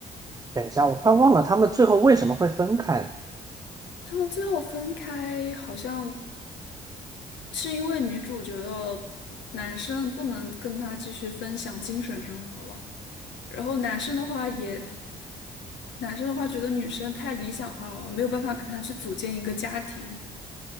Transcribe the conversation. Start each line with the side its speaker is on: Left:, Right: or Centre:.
Right: 等一下，我突然忘了他们最后为什么会分开呢？
Left: 他们最后分开，好像是因为女主觉得男生不能跟她继续分享精神生活了，然后男生的话也，男生的话觉得女生太理想化了，没有办法跟她去组建一个家庭。